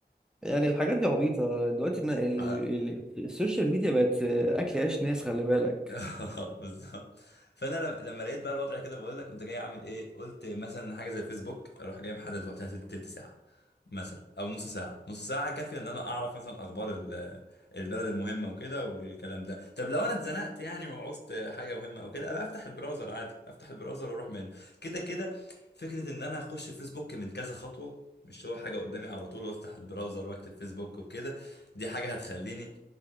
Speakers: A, in the centre; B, on the left.
A: يعني الحاجات دي عبيطة دلوقتي إن ال-
B: <laughs>
A: ال- السوشيال ميديا بقت أكل عيش ناس خلي بالك
B: <laughs> اه بالظبط فانا لم- لما لقيت بقى الوضع كده بقول لك قمت جاي اعمل ايه قلت مثلا حاجه زي الفيسبوك اروح جاي محدد وقتها تل- تلت ساعه مثلا او نص ساعه نص ساعه كافيه ان انا اعرف مثلا اخبار ال- البلد المهمه وكده والكلام ده طب لو انا اتزنقت يعني وعوزت حاجه مهمه او كده ابقى افتح البراوزر عادي افتح البراوزر واروح منه كده كده فكره ان انا اخش الفيسبوك من كذا خطوه مش هو حاجه قدامي على طول وافتح البراوزر واكتب فيسبوك وكده دي حاجه هتخليني